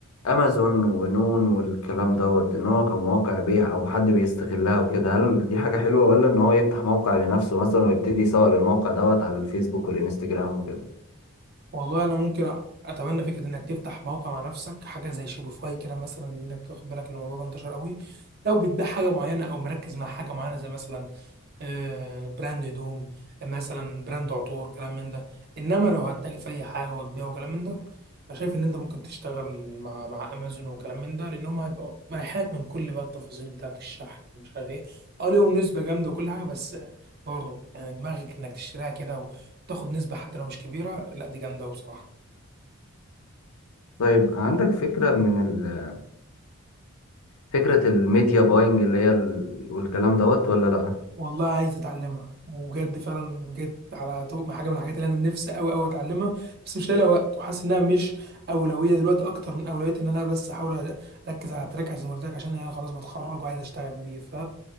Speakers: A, on the left; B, on the right.
A: امازون ونون والكلام دوت ان هو كمواقع بيع او حد بيستغلها وكده هل دي حاجة حلوة ولا ان هو يفتح موقع لنفسه مثلا ويبتدي يسوق للموقع دوت على الفيسبوك والانستجرام وكده
B: والله انا ممكن أ- اتبنى فكره انك تفتح موقع مع نفسك حاجه زي شوبيفاي كده مثلا انك تاخد بالك ان الموضوع ده انتشر قوي لو بتبيع حاجه معينه او مركز مع حاجه معينه زي مثلا آه، براند هدوم مثلا براند عطور كلام من ده انما لو هتتاجر في اي حاجه وتبيع وكلام من ده انا شايف ان انت ممكن تشتغل مع مع امازون وكلام من ده لان هم هيبقوا مريحات من كل بقى التفاصيل بتاعه الشحن ومش عارف ايه اه ليهم نسبه جامده وكل حاجه بس برضه يعني دماغك انك تشتريها كده تاخد نسبة حتى لو مش كبيرة لا دي جامدة أوي بصراحة
A: طيب عندك فكرة من ال... فكرة الميديا باينج اللي هي ال... والكلام دوت ولا لا
B: والله عايز أتعلمها وبجد فعلا جيت على طو... مع حاجة من الحاجات اللي أنا نفسي أوي أوي أتعلمها بس مش لاقي لها وقت وحاسس إنها مش أولوية دلوقتي أكتر من أولوية إن أنا بس أحاول أركز على التراك زي ما قلت لك عشان أنا خلاص بتخرج وعايز أشتغل بيه ف